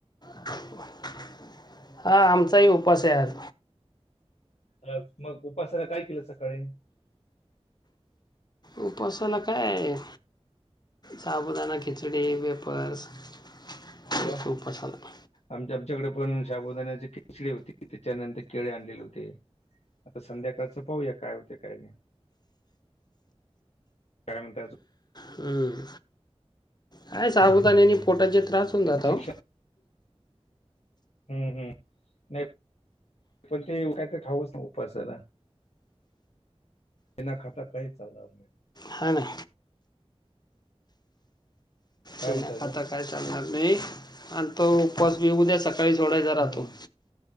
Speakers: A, on the left; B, on the left.
A: <unintelligible> हा आमचाही उपास आहे आज
B: हॅलो मग उपासाला काय केलंत सकाळी.
A: उपासाला का ये साबुदाणा खिचडी वेपर्स
B: अरे
A: हे
B: वा
A: उपसाला
B: आमच्या आमच्याकडे पण साबुदाण्याची खिचडी होती त्याच्यानंतर केळे आणलेले होते. आता संध्याकाळचं पाहूया काय होतय काय नाय. काय म्हणताय अजून.
A: हम्म काय साबुदाण्या ने पोटाचे त्रास होऊन जाता
B: शिक्षण
A: हो.
B: हम्म हम् नाय पण ते काही तर खाऊच न उपासाला न खाता काय चालणार नाय
A: हा ना.
B: काय
A: बिना
B: म्हणता अजून
A: खाता काय चालणार नाही आणि तो उपस उद्या सकाळी सोडायचा राहतो.
B: हम्म